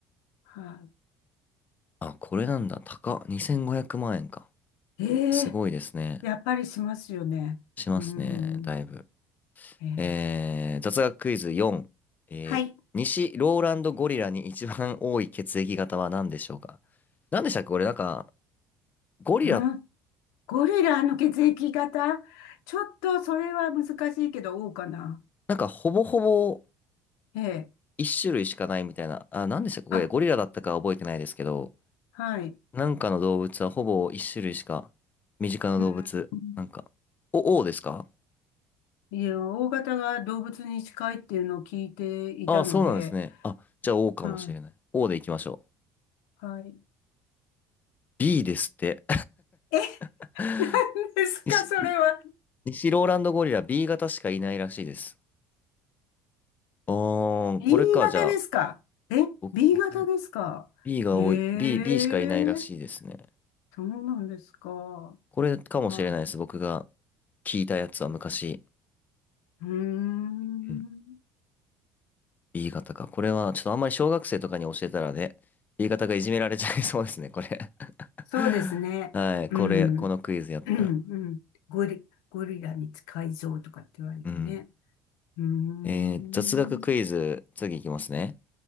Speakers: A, on the left; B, on the left.
A: は
B: あ、これなんだ。高っ。2500万円か。
A: い。ええ、
B: すごいですね。
A: やっぱりしますよね。
B: しますね。
A: うん。
B: だいぶ。
A: ええ、
B: えー、雑学クイズ4。えー、
A: はい。
B: 西ローランドゴリラに一番多い血液型は何でしょうか何でしたっけこれなんか、ゴリラ、
A: うん。ゴリラの血液型ちょっとそれは難しいけど、O かな。
B: なんかほぼほぼ
A: ええ。
B: 一種類しかないみたいな。あ、何でしたっけこれゴリラだったかは覚えてないですけど、
A: あ、はい。
B: なんかの動物はほぼ一種類しか、身近な動物、
A: うん。
B: なんか、お、O ですか
A: いや、O 型が動物に近いっていうのを聞いていたので、
B: ああ、そうなんですね。あ、じゃあ O かもしれない。
A: はい。
B: O でいきましょう。
A: はい。
B: B ですって。
A: え、
B: <laughs>
A: <laughs> ですか、
B: 西、
A: それは。
B: 西ローランドゴリラ B 型しかいないらしいです。あ
A: E
B: ー、これか、
A: 型ですか。
B: じゃあ、
A: え、
B: 僕、
A: B
B: 僕、
A: 型ですか。
B: B が多い、
A: へえ、
B: B、B しかいないらしいですね。
A: そうなんですか。
B: これかもしれないです。
A: あ、
B: 僕が聞いたやつは昔、
A: うーん。
B: うん、B 型か。これは、ちょっとあんまり小学生とかに教えたらね、B 型がいじめられちゃいそうですね、これ。
A: そうですね。
B: <laughs> はい、
A: うん。
B: これ、このクイズやったら。
A: <clears throat> うん。うんゴリ、ゴリラに近い像とかって言われてね。
B: うん。
A: うーん。
B: えー、雑学クイズ、次いきますね。